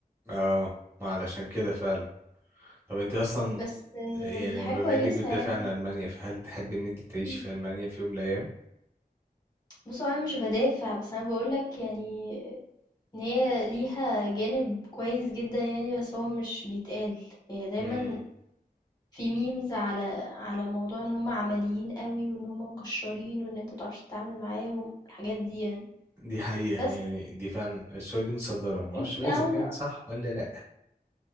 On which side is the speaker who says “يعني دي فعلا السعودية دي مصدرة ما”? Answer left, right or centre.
Right